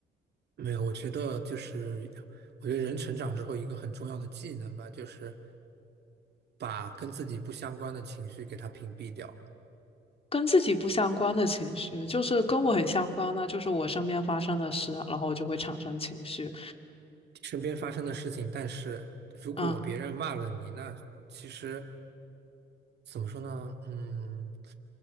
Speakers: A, on the right (about 55°); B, on the left (about 30°).
A: 没有，我觉得就是，我觉得人成长之后一个很重要的技能吧，就是把跟自己不相关的情绪给它屏蔽掉。
B: 跟自己不相关的情绪，就是跟我很相关呢，就是我身边发生的事，然后我就会产生情绪。
A: 身边发生的事情，但是如果别人骂了你，
B: 嗯，
A: 那其实怎么说呢？嗯，